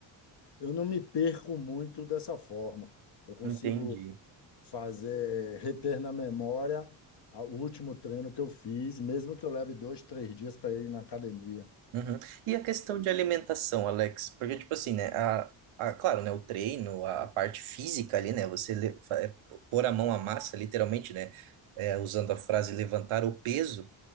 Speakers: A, on the left; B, on the right.
A: eu não me perco muito dessa forma. Eu consigo
B: Entendi.
A: fazer, reter na memória a- o último treino que eu fiz, mesmo que eu leve dois, três dias para ir na academia.
B: Uhum. E a questão de alimentação, Alex? Porque, tipo assim, né? A, a, claro, né? O treino, a, a parte física ali, né? Você le- fa- é, pôr a mão à massa, literalmente, né? é, usando a frase levantar o peso,